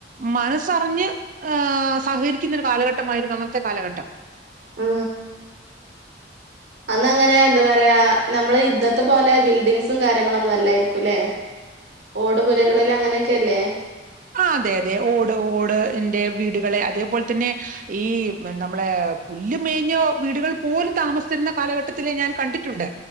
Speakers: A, on the right (about 50°); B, on the right (about 65°).
A: മനസ്സറിഞ്ഞ് ഹേ സഹകരിക്കുന്ന ഒരു കാലഘട്ടമായിരുന്നു അന്ന കാലഘട്ടം
B: ആ അന്ന് അങ്ങനെ എന്താ പറയാ നമ്മള് ഇന്നത്തെ പോലെ ബിൽഡിങ്സും കാര്യങ്ങളൊന്നും അല്ലായിരിക്കും അല്ലെ ഓടുപുരകളിൽ അങ്ങനെയൊക്കെല്ലേ
A: ആ അതെ അതെ ഓട് ഓട്ന്റെ വീടുകളെ അതേപോലെ തന്നെ ഈ നമ്മളെ പുല്ല് മേഞ്ഞോ വീടുകൾ പോലും താമസിച്ചരുന്ന കാലഘട്ടത്തില ഞാൻ കണ്ടിട്ടുണ്ട്